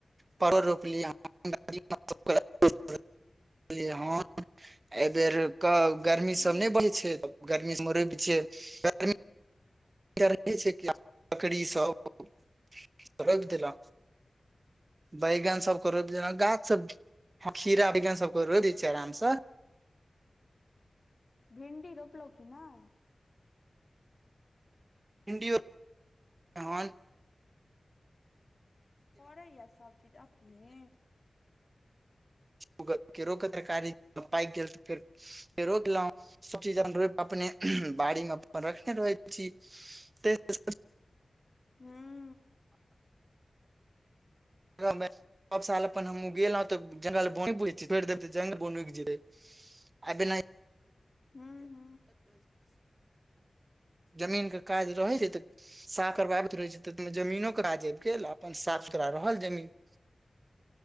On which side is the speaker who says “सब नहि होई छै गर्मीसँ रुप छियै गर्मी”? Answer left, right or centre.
Right